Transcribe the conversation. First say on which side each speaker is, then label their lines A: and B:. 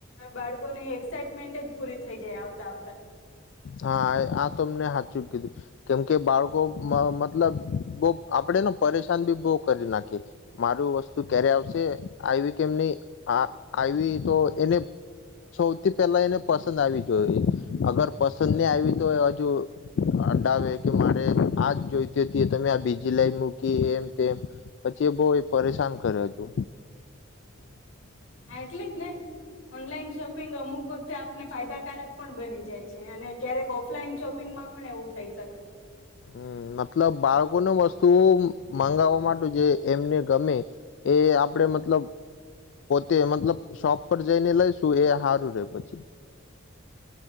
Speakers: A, on the left; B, on the left.
A: બાળકોને એક્સાઇટેડમેન્ટ જ પૂરી થઈ જાય આવ આવતા આવતા તો.
B: હા આ તમને હાચું કીધું કેમ કે બાળકો મતલબ બહુ આપડે ને પરેશાન બી બહ કરી નાખી. મારું વસ્તુ ક્યારે આવશે, આવી કેમ નહી, આ આવી તો એને સૌથી પહેલા એને પસંદ આવી જોઈ અગર પસંદ નહી આવી તો હજુ અડાવે કે મારે આજ જોઈતી હતી. તમે આ બીજી લાઈન મૂકી એમ તેમ પછી એ બો એ પરેશાન કરે હજુ.
A: હા એટલે જ ને! ઓનલાઈન શોપિંગ શોપિંગ અમુક વખતે આપને ફાયદાકારક પણ બની જાય છે. અને ક્યારેક ઓફલાઈન શોપિંગમાં પણ એવું થઈ શકે.
B: હમ મતલબ બાળકોને વસ્તુ મગાવવા માટે જે એમને ગમે એ આપડે મતલબ પોતે મતલબ શોપ પર જઈને લઈશું એ હારું રે પછી.